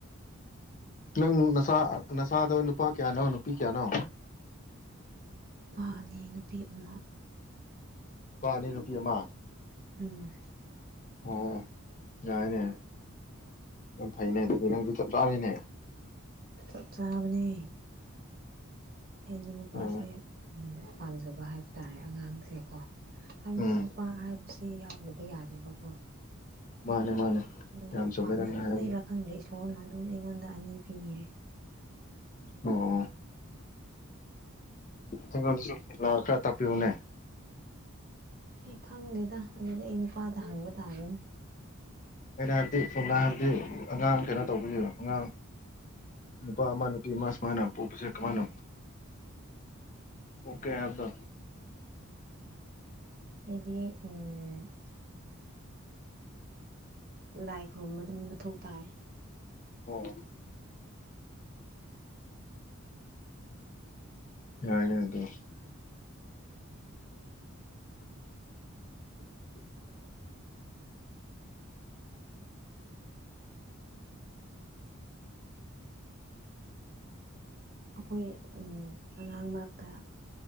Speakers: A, on the left; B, on the right.
A: ꯅꯪ ꯅꯆꯥ ꯅꯆꯥꯗꯣ ꯅꯨꯄꯥ ꯀꯌꯥꯅꯣ ꯅꯨꯄꯤ ꯀꯌꯥꯅꯣ
B: ꯅꯨꯄꯥ ꯑꯅꯤ ꯅꯨꯄꯤ ꯑꯃ
A: ꯅꯨꯄꯥ ꯑꯅꯤ ꯅꯨꯄꯤ ꯑꯃ
B: ꯎꯝ
A: ꯑꯣ ꯌꯥꯏꯅꯦ ꯌꯥꯝ ꯐꯩꯅꯦ ꯑꯗꯨꯗꯤ ꯅꯪꯁꯨ ꯆꯞ ꯆꯥꯔꯦꯅꯦ
B: ꯆꯞ ꯆꯥꯕꯅꯦ ꯑꯩꯗꯤ ꯅꯨꯄꯥꯁꯦ
A: ꯑꯣ
B: ꯄꯥꯝꯖꯕ ꯍꯥꯏꯕ ꯇꯥꯔꯦ ꯑꯉꯥꯡꯁꯦꯀꯣ ꯍꯥꯏꯕꯗꯤ
A: ꯎꯝ
B: ꯅꯨꯄꯥ ꯍꯥꯏ ꯁꯤ ꯌꯥꯎꯗꯕ ꯌꯥꯗꯦꯕꯀꯣ
A: ꯃꯥꯅꯦ ꯃꯥꯅꯦ
B: ꯑꯗꯨꯗ
A: ꯌꯥꯝ ꯆꯨꯝꯃꯦ
B: ꯄꯥꯥꯝꯃꯟꯕꯩꯔꯥ
A: ꯅꯪꯅ ꯍꯥꯏꯕꯗꯣ
B: ꯈꯪꯗꯦ ꯏꯁꯣꯔꯅ ꯑꯗꯨꯝ ꯑꯩꯉꯣꯟꯗ ꯑꯅꯤ ꯄꯤꯕꯤꯔꯦ
A: ꯑꯣ ꯑꯩꯉꯣꯟꯗꯁꯨ ꯐꯣꯝꯂꯥ ꯈꯔ ꯇꯥꯛꯄꯤꯌꯨꯅꯦ
B: ꯑꯩ ꯈꯪꯗꯦꯗ ꯑꯗꯨꯗꯤ ꯑꯩ ꯅꯨꯄꯥꯗ ꯍꯪꯕ ꯇꯥꯔꯅꯤ
A: ꯑꯩꯅ ꯍꯥꯏꯕꯗꯤ ꯁꯣꯝꯅ ꯍꯥꯏꯕꯗꯤ ꯑꯉꯥꯡ ꯀꯩꯅꯣ ꯇꯧꯕꯤꯕ ꯑꯉꯥꯡ ꯅꯨꯄꯥ ꯑꯃ ꯅꯨꯄꯤ ꯑꯃ ꯁꯨꯃꯥꯏꯅ ꯄꯣꯛꯄꯁꯦ ꯀꯝꯃꯥꯅ ꯑꯣꯀꯦ ꯍꯥꯏꯕꯗꯣ
B: ꯑꯧꯗꯤ ꯎꯝ ꯂꯥꯏ ꯈꯨꯔꯨꯝꯕ ꯑꯗꯨꯝ ꯃꯊꯧ ꯇꯥꯏ
A: ꯑꯣ ꯌꯥꯏꯅꯦ ꯑꯗꯣ
B: <inaudible> ꯑꯩꯈꯣꯏ ꯎꯝ ꯑꯉꯥꯡ ꯃꯔꯛꯇ